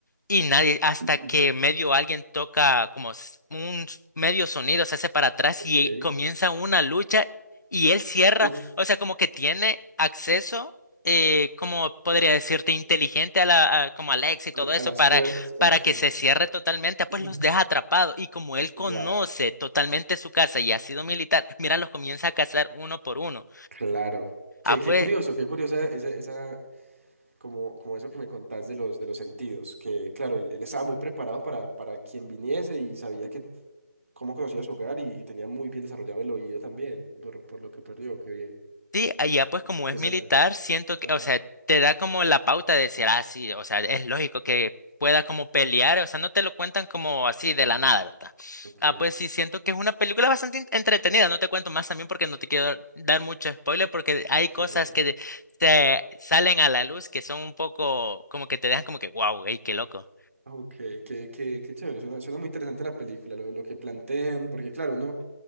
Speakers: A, on the left; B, on the right.
A: Y nadie, hasta
B: Mm.
A: que medio alguien toca como s- un s- medio sonido, se hace para atrás
B: Ok.
A: y comienza una lucha y él cierra,
B: Uf,
A: o sea, como que tiene acceso, eh, como podría decirte, inteligente a la, a- como Alex y todo
B: a,
A: eso,
B: a las
A: para,
B: puertas.
A: para
B: Ok.
A: que se cierre totalmente, ah, pues
B: <clears throat>
A: los deja atrapados y como él conoce
B: Wow.
A: totalmente su casa y ha sido militar, mira, los comienza a cazar uno por uno.
B: Claro. Qué,
A: Ah,
B: qué
A: pues,
B: curioso, qué curiosa esa, esa, como, como eso que me contás de los, de los sentidos, que claro, él, él estaba muy preparado para, para quien viniese y sabía que cómo conocía su hogar y, y tenía muy bien desarrollado el oído también, por, por lo que perdió, qué bien,
A: Sí, allá pues como
B: interesante.
A: es militar, siento que,
B: Ajá,
A: o sea, te da como la pauta de decir, ah, sí, o sea, es lógico que pueda como pelear, o sea, no te lo cuentan como así de la nada, ¿verdad?
B: ok,
A: Ah, pues sí, siento que es una película bastante in- entretenida, no te cuento más también porque no te quiero dar dar mucho spoiler porque hay
B: ok,
A: cosas que te salen a la luz que son un poco como que te dejan como que, wow, ey, qué loco.
B: ok, qué, qué, qué chévere, suena, suena muy interesante la película, lo, lo que plantean, porque claro, uno...